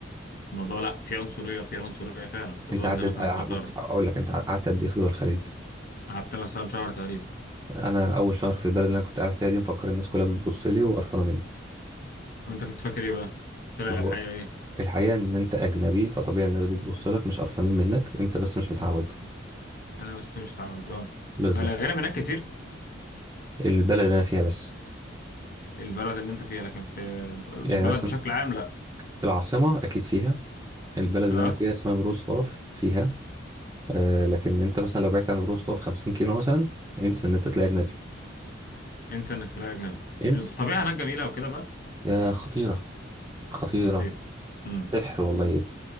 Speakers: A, on the left; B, on the right.
A: الموضوع لأ في عنصرية في عنصرية فعلا في دول
B: انت عدد
A: زي مثلا
B: ع-
A: قطر
B: بص اقول لك انت قعدت قد ايه في دول الخليج
A: قعدت مثلا شهر تقريبا
B: انا اول شهر في البلد اللي انا كنت قاعد فيها دي مفكر الناس كلها بتبص لي وقرفانة مني
A: وأنت كنت فاكر إيه بقى طلع
B: ما هو
A: الحقيقة إيه
B: الحقيقة ان انت اجنبي فطبيعي الناس بتبص لك مش قرفانين منك انت بس مش متعود
A: أنا بس مش متعود أه
B: بالظبط
A: الأجانب هناك كتير
B: البلد اللي انا فيها بس
A: البلد اللي أنت فيها لكن في البلد
B: يعني مثلا
A: بشكل عام لأ
B: العاصمة اكيد فيها البلد
A: أه
B: اللي انا فيها اسمها فيروزلاف فيها آه لكن انت مثلا لو بعدت عن فيروزلاف 50 كيلو مثلا انسى ان انت تلاقي اجنبي
A: انسى انك تلاقي اجنبي
B: انسى.
A: الطبيعه هناك جميله وكده بقى
B: يا خطيرة خطيرة
A: خطير امم
B: سحر والله يا ابني